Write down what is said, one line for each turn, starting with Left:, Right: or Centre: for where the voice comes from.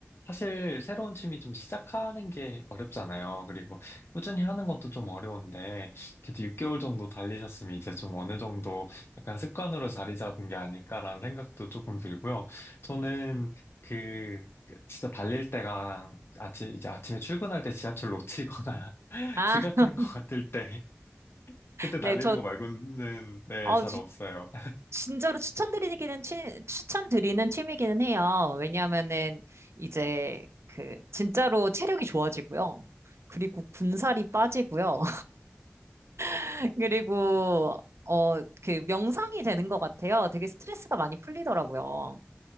Left: 사실 새로운 취미 좀 시작하는 게 어렵잖아요. 그리고 꾸준히 하는 것도 좀 어려운데 그래도 6개월 정도 달리셨으면 이제 좀 어느 정도 약간 습관으로 자리 잡은 게 아닐까라는 생각도 조금 들고요. 저는 그 진짜 달릴 때가 아침 이제 아침에 출근할 때 지하철 놓치거나 <laughs>
Right: 아,
Left: 지각할
Right: <laughs>
Left: 것 같을 때 그때
Right: 네,
Left: 달리는
Right: 저,
Left: 거 말고는 네,
Right: 어,
Left: 잘
Right: 지-
Left: 없어요.
Right: 진짜로 추천드리기는, 취- 추천드리는 취미기는 해요. 왜냐하면은, 이제, 그, 진짜로 체력이 좋아지고요. 그리고 군살이 빠지고요. <laughs> 그리고, 어, 그, 명상이 되는 것 같아요. 되게 스트레스가 많이 풀리더라고요.